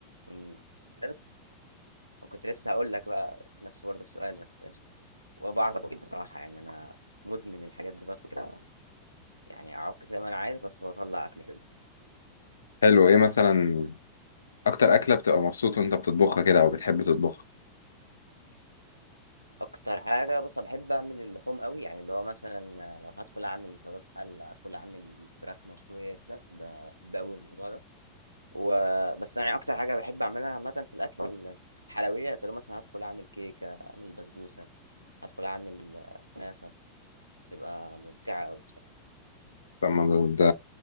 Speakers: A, on the right; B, on the left.
A: مم. لازم كنت لسه هقول لك بقى نفس برضه السؤال بس قشطة. وبعرف أطبخ جدا بصراحة يعني أنا مدمن الحاجات دي بدخل كده يعني اعك زي ما انا عايز بس بطلع اكل حلو
B: حلو ايه مثلا اكتر اكله بتبقى مبسوط وانت بتطبخها كده او بتحب تطبخها
A: اكتر حاجه بص أنا بحب اعمل اللحوم قوي يعني اللي هو مثلا لو هدخل اعمل كباب حله هدخل اعمل فراخ مشويه كده بحب قوي الموضوع ده وبس يعني اكتر حاجه بحب اعملها عامه في الاكل الحلويات اللي هو مثلا هدخل اعمل كيكه اعمل بسبوسه هدخل اعمل كنافه تبقى ممتعه قوي بصراحه
B: طب ما ده, ده